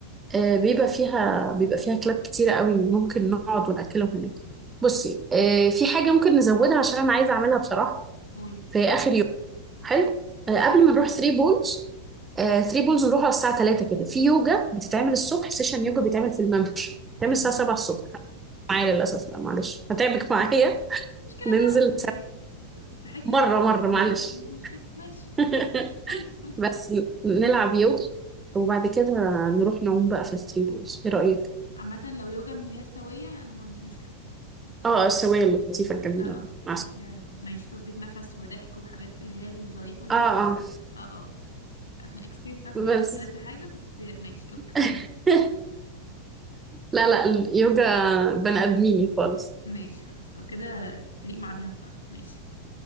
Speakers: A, on the right (about 15°); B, on the left (about 75°).
A: آه، بيبقى فيها بيبقى فيها كلاب كتيره قوي ممكن نقعد وناكلهم هناك بصي آه، في حاجه ممكن نزودها عشان انا عايزه اعملها بصراحه
B: قولي
A: في اخر يوم حلو آه، قبل ما نروح 3 بولز 3 بولز نروح على الساعه 3 كده في يوجا بتتعمل الصبح سيشن يوجا بيتعمل في الممشى بيتعمل
B: امم
A: الساعه 7 الصبح معايا للأسف لا معلش هتعبك معايا
B: مشكله
A: ننزل
B: بقى انت
A: سوا
B: صحتي
A: مرة مرة معلش
B: خلاص مش مشكله ماشي
A: <laughs>
B: طيب <laughs>
A: بس ن- نلعب يوجا وبعد كده نروح نعوم بقى في الثري بولز ايه رأيك؟
B: عامه لو يوجا من اللي هي السويه انا ما عنديش مشكله
A: اه السوية اللطيفة الجميلة
B: اه اه
A: مع الس-
B: اللي هي- ماشي تظبيط نفس وضحك وحاجات اللي هي الظريفه دي
A: اه اه
B: اه آه. عشان الاكسبيرينس بتاعتي
A: بس
B: معاها مش ألذ حاجه بس ماشي اوكي
A: <laughs>
B: نجرب
A: لا لا اليوجا بني آدميني خالص
B: ماشي خلاص لو كده تليق مع دهب فعلا ماشي